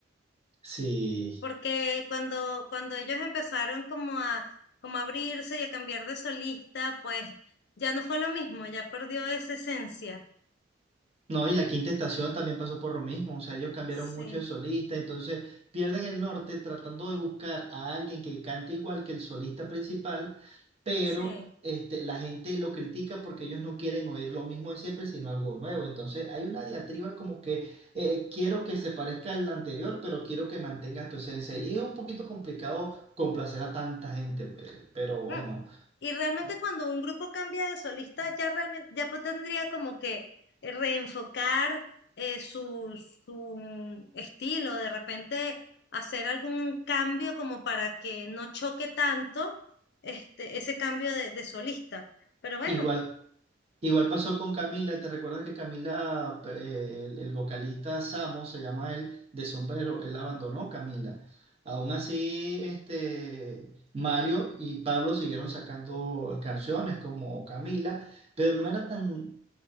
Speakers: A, on the right; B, on the left.
A: Sí.
B: porque cuando, cuando ellos empezaron como a, como a abrirse y a cambiar de solista, pues ya no fue lo mismo, ya perdió esa esencia.
A: No, y la Quinta Estación también pasó por lo mismo, o sea, ellos cambiaron
B: Sí,
A: mucho de solista, entonces pierden el norte tratando de buscar a alguien que cante igual que el solista principal, pero
B: sí.
A: este, la gente lo critica porque ellos no quieren oír lo mismo de siempre, sino algo nuevo. Entonces hay una diatriba como que eh, quiero que se parezca al anterior, pero quiero que mantengas tu esencia. Y es un poquito complicado complacer a tanta gente, pues, pero bueno.
B: Mm. Y realmente cuando un grupo cambia de solista, ya realmente, ya pues tendría como que eh, reenfocar eh, su, su estilo, de repente hacer algún cambio como para que no choque tanto este, ese cambio de, de solista. Pero bueno.
A: Igual Igual pasó con Camila, ¿te recuerdas que Camila, eh, el, el vocalista Samo, se llama él, de Sombrero, él abandonó Camila. Aún así, este, Mario y Pablo siguieron sacando canciones como Camila, pero no era tan,